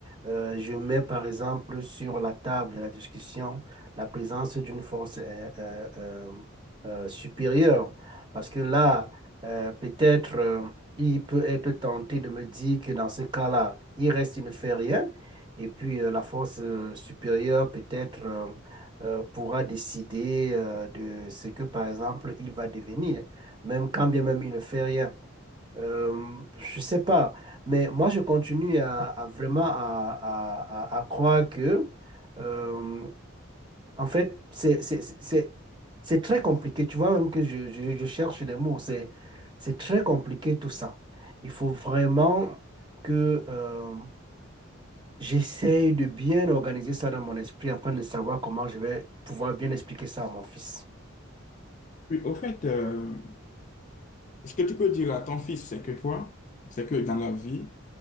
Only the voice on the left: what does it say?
Oui, au fait, euh, ce que tu peux dire à ton fils, c'est que toi, c'est que dans la vie,